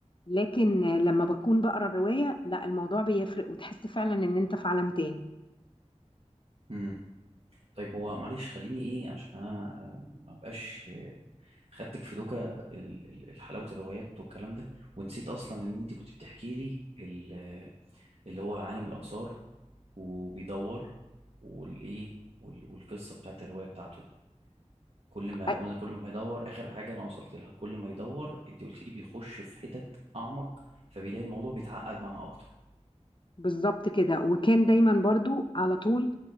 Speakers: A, on the left (about 45°); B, on the right (about 55°).
A: لكن لما بكون بقرا الروايه لا الموضوع بيفرق وتحس فعلا ان انت في عالم تاني
B: امم طيب هو معلش خليني ايه عشان انا آه، ما بقاش خدتك في دوكا ال- ال- ال- حلاوة الروايات والكلام ده ونسيت أصلا إن أنت كنت بتحكي لي ال- اللي هو عالم الآثار وبيدور والإيه وال- والقصة بتاعت الرواية بتاعته دي كل ما
A: أي،
B: قلنا كل ما يدور آخر حاجة أنا وصلت لها كل ما يدور أنت قلت لي بيخش في حتت أعمق فبيلاقي الموضوع بيتعقد معاه أكتر
A: بالظبط كده وكان دايما برضو على طول